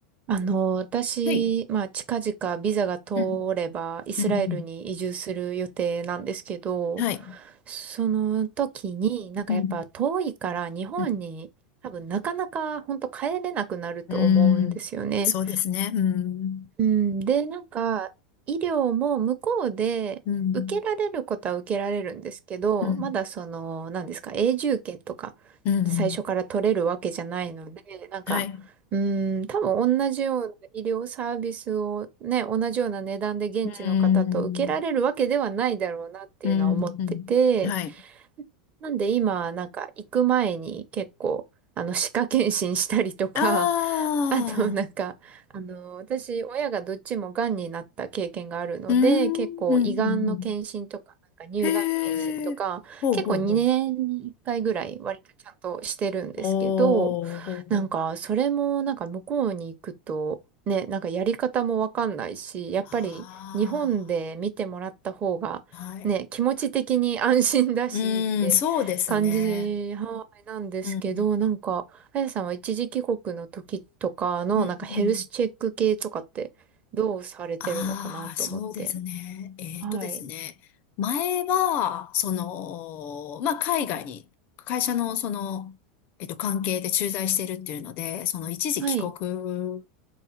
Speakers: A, on the right (about 35°); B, on the left (about 45°).
A: あの、私、
B: はい。
A: まあ、近々ビザが通ればイスラエルに移住する予定なんですけど、
B: うん、うん、うん、はい。
A: その時になんかやっぱ遠いから日本に多分なかなか本当帰れなくなると思うんですよね。
B: うん、うん、うーん、そうですね。うん、
A: うん、で、なんか、医療も向こうで受けられることは受けられるんですけど、
B: うん、うん、
A: まだその、何ですか、永住権とか、
B: うん、
A: 最初から取れるわけじゃないので、なんか、
B: はい。
A: うん、多分同じような医療サービスをね、同じような値段で現地の方と受けられるわけではないだろうなっていうのは思ってて、
B: うーん、うん、うん。はい。
A: なんで今、なんか行く前に結構、あの、歯科検診したりとか、
B: あ
A: あの、
B: あ、
A: なんか、あの、私、親がどっちもがんになった経験があるので、
B: うーん、
A: 結構胃がんの検診とか、
B: うん、うん、うん。
A: なんか乳がん検診とか、
B: へえ。ほうほうほう。
A: 結構2年に1回ぐらい割とちゃんとしてるんですけど、
B: おー、ほうほう。
A: なんか、それもなんか向こうに行くと、ね、なんかやり方もわかんないし、やっぱり日本で見てもらった方が、
B: ああ、はい。
A: ね、気持ち的に安心だしって感じ、
B: うーん、そうですね。
A: はい、なんですけど、
B: うん、
A: なんか、あやさんは一時帰国の時とかのなんかヘルスチェック系とかってどうされてるのかなと思って。
B: うん、うん、ああ、そうですね。えっとですね。
A: はい。
B: 前は、その、まあ、海外に、会社のその、えっと、関係で駐在してるっていうので、その一時帰国
A: はい。